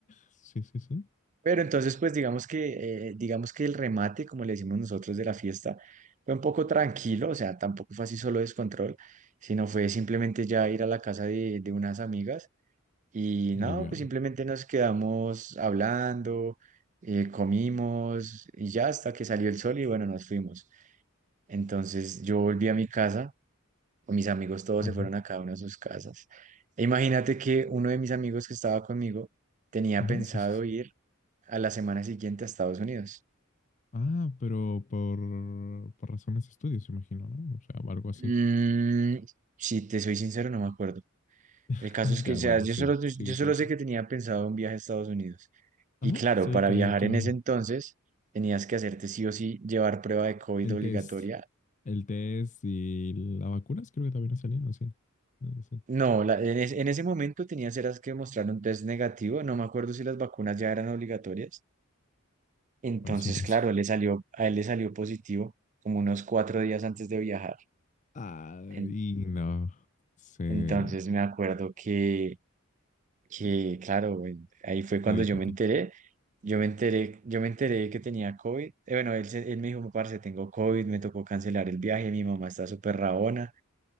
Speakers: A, on the left; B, on the right.
A: sí, sí, sí.
B: Pero entonces, pues digamos que, eh, digamos que el remate, como le decimos nosotros, de la fiesta, fue un poco tranquilo. O sea, tampoco fue así solo descontrol, sino fue simplemente ya ir a la casa de, de unas amigas Y
A: Liviano.
B: no, pues simplemente nos quedamos hablando, eh, comimos y ya hasta que salió el sol y bueno, nos fuimos. Entonces yo volví a mi casa, mis amigos todos
A: Ajá,
B: se fueron a cada una de sus casas. E imagínate que uno de mis amigos que estaba conmigo tenía
A: ajá,
B: pensado
A: sí, sí, sí.
B: ir a la semana siguiente a Estados Unidos.
A: Ah, pero por, por razones de estudios, imagino, ¿no? O sea, algo así.
B: Mm, si te soy sincero, no me acuerdo.
A: <laughs>
B: El caso es
A: Ya,
B: que, o sea,
A: bueno,
B: yo
A: sí,
B: solo, yo
A: sigue, sigue,
B: solo
A: sigue.
B: sé que tenía pensado un viaje a Estados Unidos.
A: Ajá,
B: Y claro,
A: sí,
B: para
A: que,
B: viajar
A: que
B: en
A: iba.
B: ese entonces tenías que hacerte sí o sí llevar prueba de COVID
A: El
B: obligatoria.
A: test. El test y las vacunas creo que también no salieron, sí. No sé.
B: No, la- en, es- en ese momento tenías eras que mostrar un test negativo. No me acuerdo si las vacunas ya eran obligatorias. Entonces,
A: Bueno, siempre
B: claro,
A: han sido.
B: le salió, a él le salió positivo como unos cuatro días antes de viajar.
A: Ah,
B: En-
A: y no. Se
B: entonces me acuerdo que que claro, güey, ahí fue
A: te
B: cuando
A: dijo
B: yo me
A: a ti.
B: enteré, yo me enteré, yo me enteré que tenía COVID, Eh, bueno, él, se- él me dijo, parce, tengo COVID, me tocó cancelar el viaje, mi mamá está súper rabona,